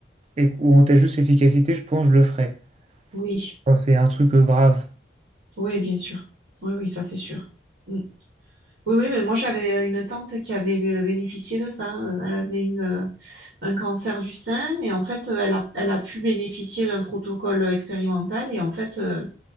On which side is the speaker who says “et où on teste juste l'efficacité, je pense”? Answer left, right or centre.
Right